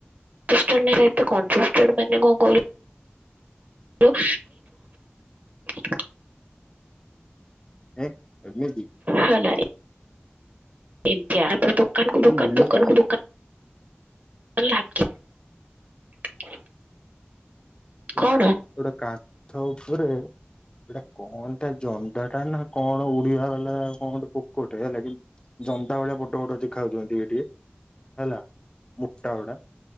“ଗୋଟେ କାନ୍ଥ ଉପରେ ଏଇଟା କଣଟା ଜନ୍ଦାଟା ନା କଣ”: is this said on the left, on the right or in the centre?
Left